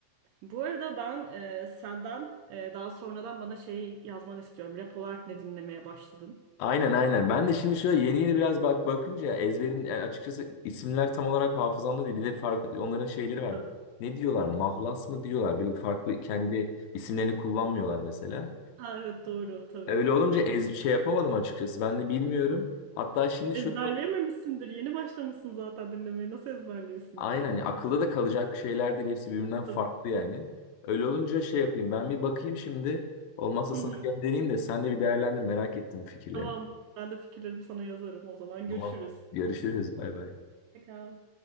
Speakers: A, on the right; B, on the left.
A: Bu arada ben e, senden e, daha sonradan bana şey yazmanı istiyorum. Rap olarak ne dinlemeye başladın?
B: Aynen aynen. Ben de şimdi şöyle yeni yeni biraz bak bakınca ezberin yani açıkçası isimler tam olarak hafızamda değil. Bir de farklı onların şeyleri var.
A: Tabii.
B: Ne diyorlar? Mahlas mı diyorlar? Böyle bir farklı kendi isimlerini kullanmıyorlar mesela.
A: Ha, evet doğru tabii.
B: Öyle olunca
A: Yani
B: ez, şey yapamadım açıkçası. Ben de bilmiyorum. Hatta şimdi
A: ezberleyememişsindir.
B: şöyle bak
A: Yeni başlamışsın zaten dinlemeye. Nasıl ezberliyorsun
B: aynen
A: yani?
B: hani akılda da kalacak şeyler değil. Hepsi birbirinden farklı
A: Tabii.
B: yani. Öyle olunca şey yapayım. Ben bir bakayım şimdi. Olmazsa
A: Hı
B: sana
A: hı.
B: göndereyim de sen de bir değerlendir. Merak ettim fikirlerini.
A: Tamam. Ben de fikirlerimi sana yazarım o zaman. Görüşürüz.
B: Tamam. Görüşürüz. Bay bay.
A: Pekala.